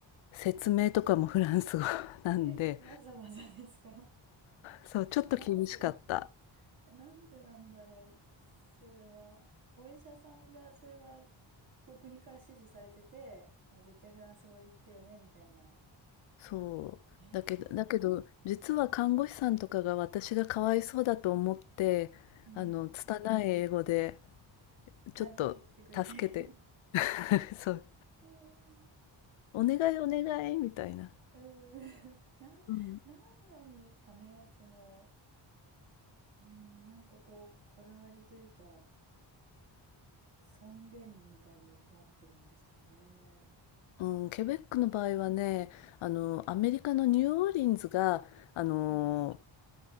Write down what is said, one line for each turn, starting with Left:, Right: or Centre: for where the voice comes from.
Left: 説明とかもフランス語 <laughs> なんで、
Right: え、わざわざですか <laughs>
Left: そう、ちょっと厳しかった。
Right: なんでなんでなんだろう、それは。お医者さんが、それは、こう国から指示されてて、もう絶対フランス語で言ってよね、みたいな。
Left: そう。
Right: えー、
Left: だけど、だけど、実は看護師さんとかが私がかわいそうだと思って、
Right: うん。
Left: あの、拙い英語で、ちょっと助けて、
Right: あ、言ってくれて。<laughs>
Left: <laughs> そう、
Right: えー
Left: お願いお願いみたいな。
Right: うん。<laughs> な、
Left: うん、
Right: なんですかね、その、うん、なんかこう、こだわりというか、尊厳みたいになってるんですかね。
Left: うん、ケベックの場合はね、あの、アメリカのニューオーリンズが、あの、
Right: はい。